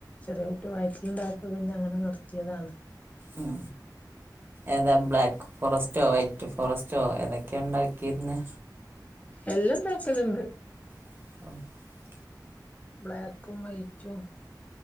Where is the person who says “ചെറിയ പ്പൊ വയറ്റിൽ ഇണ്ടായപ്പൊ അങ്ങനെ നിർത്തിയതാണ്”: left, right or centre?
Left